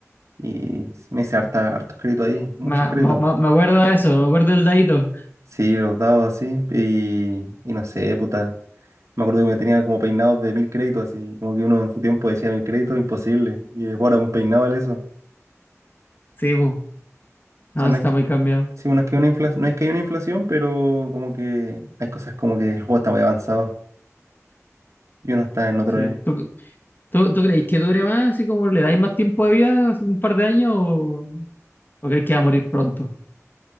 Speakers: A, on the right; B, on the left.
A: Y me hice harta, hartos créditos ahí, muchos
B: me,
A: créditos.
B: me, me- me acuerdo de eso, me acuerdo del dadito.
A: Sí, los dados así, y, y no sé, puta. Me acuerdo que me tenía como peinados de mil créditos, así, como que uno en su tiempo decía mil créditos, imposible. Y después ahora un peinado vale eso.
B: Sí, pues. No,
A: O sea, no
B: sí
A: es
B: está
A: que,
B: muy cambiado.
A: sí, bueno, es que, una infla- no es que hay una inflación, pero como que hay cosas como que el juego está muy avanzado. Y uno está en otro
B: Sí.
A: eh,
B: ¿Tú, tú, tú creéis que dure más, así como le dais más tiempo de vida, así un par de años, o, o creéis que va a morir pronto?